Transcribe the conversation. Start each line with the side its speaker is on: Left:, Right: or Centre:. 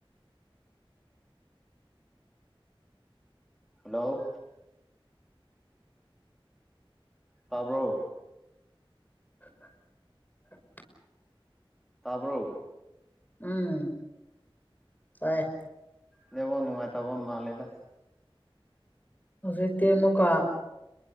Centre: ꯍꯜꯂꯣ ꯇꯥꯕ꯭ꯔꯣ
Left: <inaudible>
Centre: ꯇꯥꯕ꯭ꯔꯣ
Left: ꯎꯝ ꯇꯥꯏ
Centre: ꯅꯦꯠꯋꯥꯥꯛ ꯅꯨꯡꯉꯥꯏꯇꯥꯕꯥ ꯃꯥꯜꯂꯦꯗ
Left: ꯍꯧꯖꯤꯛꯇꯤ ꯃꯨꯛꯀꯥ